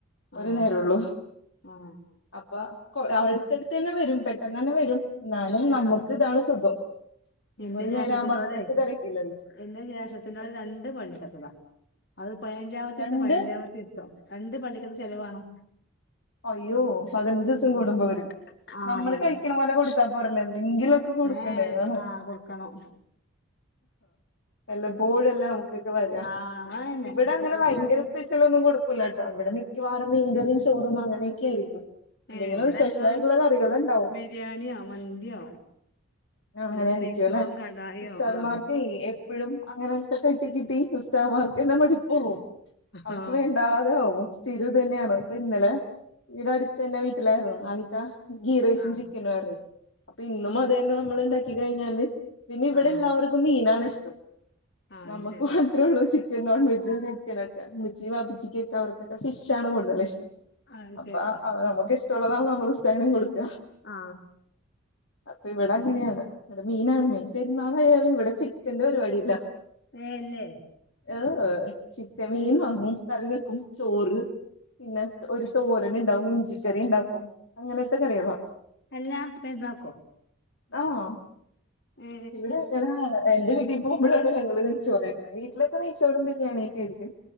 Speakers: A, on the left; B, on the left.
A: ഒരു
B: ആഹ്
A: നേരംള്ളൂ.
B: ആഹ്.
A: അപ്പൊ കൊ അട്ത്തെട്ത്തെന്നെ വരും പെട്ടന്നന്നെവരും. ന്നാലും നമ്മക്ക്
B: ആഹ്
A: ഇതാണ് സുഖം
B: എന്റെ
A: ഒരു
B: ജേഷ്ഠത്തിനോടെ
A: നേരാവുമ്പൊ അത്രക്ക് തെരക്കില്ലല്ലോ.
B: എന്റെ ജേഷ്ടത്തിന്റോട് രണ്ട് പള്ളിക്കത്തതാ അത് പതിനഞ്ചാമത്തീസം
A: രണ്ട്
B: പതിനഞ്ചാമത്തീസം. രണ്ട് പള്ളിക്കത്തെ ചെലവാണം.
A: അയ്യോ പതിനഞ്ചിവസം
B: ഉം
A: കൂടുമ്പോ വരും
B: ആഹ്
A: നമ്മള്
B: വരും
A: കഴിക്ക്ണ പോലെ കൊടുത്താ പോരല്ലോ എന്തെങ്കിലും. ക്കെ കൊടുക്കണ്ടേ
B: ഏഹ്
A: അതാണ്
B: ആഹ് കൊടുക്കണം
A: വല്ലപ്പോഴല്ലെ നമുക്ക് വര
B: ആഹ് അങ്ങനെന്നെ
A: ഇവ്ടങ്ങനെ
B: ഉച്ചക്ക്
A: ഭയങ്കര സ്പെ ലൊന്നും കൊടുക്കൂലട്ടോ ഇവിടെ മിക്കവാറും മീൻകറിയും ചോറും അങ്ങനൊക്കായിരിക്കും. എന്തെങ്കിലും
B: ഏ ഇവിടെ
A: സ്പെഷലായിട്ടുള്ള
B: ഞങ്ങള്
A: കറികൾ ഉണ്ടാവും.
B: ബിരിയാണിയോ മന്തിയോ.
A: ആഹ്
B: അല്ലെങ്കിൽ
A: അങ്ങനായിരിക്കുലേ
B: നെയ്ച്ചോറും കടായിയോ
A: ഉസ്താദ്മാർക്കെയ്
B: ആ
A: എ എപ്പഴും അങ്ങനൊക്കെ കിട്ടികിട്ടി ഉസ്താദ്മാർക്കന്നെ മടിപ്പാവും. അവർക്ക്
B: ആ
A: വേണ്ടാതാകും. സ്ഥിരം ഇത് തന്നെയാണ് ഇപ്പ ഇന്നലെ ഇവ്ടെ അടുത്ത് തന്നെ വീട്ടിലാരുന്നു ആദ്യത്ത ഗീ റൈസും
B: ആ
A: ചിക്ക് ക്കനും ആരുന്നു അപ്പ ഇന്നും അത് തന്നെ നമ്മള് ഉണ്ടാക്കി കഴിഞ്ഞാല് പിന്നെ ഇവിടെ
B: ആ
A: എല്ലാവർക്കും മീനാണ് ഇഷ്ടം
B: ആ
A: നമ്മുക്ക്
B: ശരി
A: മാ ത്രേ ഉള്ളൂ ചിക്കൻ നോൺ വെജും ചിക്കനൊക്കെ ഉമ്മച്ചി വാപ്പച്ചിക്കൊക്കെ അവർക്കൊക്ക ഫിഷ് ആണ് കൂടുതല് ഇഷ്ടം
B: ആ
A: അപ്പ
B: ശരി
A: അത് നമുക്ക് ഇഷ്ടമുള്ളതാണല്ലോ നമ്മള് ഉസ്താനും കൊടുക്കാ
B: ആ
A: അപ്പ ഇവട് ഇവിടങ്ങ്നെയാണ് ഇവിടെ മീനാണ് മെയിൻ പെരുന്നാളായാലും ഇവിടെ ചിക്കന്റെ പരിപാടി ഇല്ല
B: ഏ ഇല്ലേ
A: ഏഹ്ചിക്കൻ മീൻ വാങ്ങും കറി വെക്കും ചോറ് പിന്ന ഒരു തോരന്ണ്ടാവും ഇഞ്ചിക്കറി ഉണ്ടാക്കും അങ്ങനത്തെ കറികളാ
B: അല്ലാം പെരുന്നക്കോ
A: ആഹ്ഇവ്ടെ
B: ഏ
A: ഞാനാ എന്റെ വീട്ടി ഇപ്പം പോകുമ്പഴാണ് ഞങ്ങള് നെയ്ച്ചോറ് കഴിക്കണ. വീട്ടിലൊക്ക നെയ്ച്ചോറും ബിരിയാണിയക്ക ആയിരിക്കും